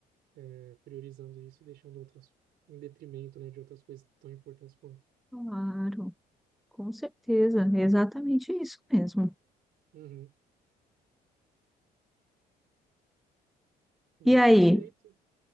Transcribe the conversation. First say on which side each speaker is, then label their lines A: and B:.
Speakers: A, on the right (about 75°); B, in the centre.
A: é, priorizando isso e deixando outras em detrimento, né, de outras coisas tão importantes quanto.
B: Claro. Com certeza, é exatamente isso mesmo.
A: Uhum. Mas
B: E aí,
A: perfeito.